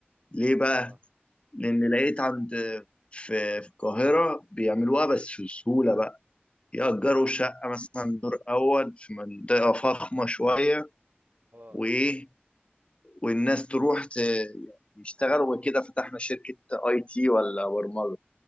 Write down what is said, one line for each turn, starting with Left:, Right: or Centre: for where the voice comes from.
Left: ليه بقى
Right: اه
Left: لان
Right: ايه
Left: لقيت عند في في القاهره بيعملوها بس في سهوله بقى يأجروا شقه مثلا دور اول في منطقه فخمه شويه
Right: اه
Left: وايه والناس تروح ت- يشتغلوا وكده فتحنا شركة اي تي ولا برمجة